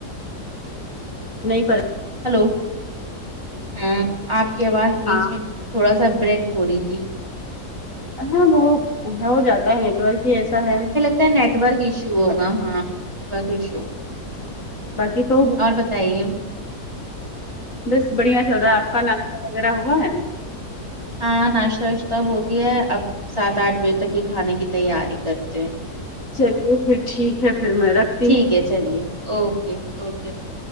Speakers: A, on the left (about 55°); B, on the right (about 15°).
A: نہیں پ
B: ہلو ہاں آپ کی آواز بیچ
A: ہاں
B: میں تھوڑا سا بریک ہو رہی تھی
A: ہاں وہ ہو جاتا ہے نیٹورک ہی ایسا ہے
B: نیٹورک ایشو ہوگا ہاں نیٹورک ایشو
A: باقی تو
B: اور ائ
A: بس بڑھیا چل رہا ہے آپ کا ناشہ وغیرہ ہوا ہے
B: ہاں ناشتہ واشتہ ہو گیا ہے اب سات آٹھ بجے تک ہی کھانے کی تیاری کرتے ہیں
A: چلیے پھر ٹھیک ہے پھر میں رکھ
B: ٹھیک ہے چلیے اوکے اوکے بائے